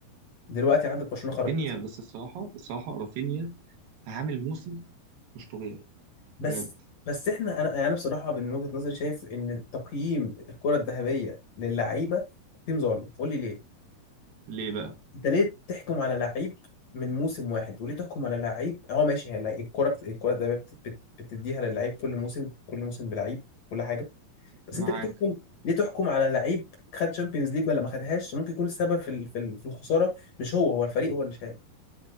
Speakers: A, on the left; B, on the right.
A: دلوقتي عندك برشلونة
B: رافينيا
A: خرجت
B: بس الصراحه الصراحه رافينيا عامل موسم مش طبيعي
A: بس
B: بجد
A: بس احنا انا يعني انا بصراحة من وجهة نظري شايف ان تقييم الكرة الذهبية للعيبة تقييم ظالم قول لي ليه
B: ليه بقى
A: انت ليه تحكم على لعيب من موسم واحد وليه تحكم على لعيب اه ماشي هي اللع- الكرة بت... الكرة ده بت... بت... بتديها للعيب كل موسم كل موسم بلعيب كل حاجة بس
B: معاك
A: انت ليه تحكم ليه تحكم على لعيب خد شامبيونز ليج ولا ما خدهاش ممكن يكون السبب في ال... في ال... في الخسارة مش هو هو الفريق هو اللي شايل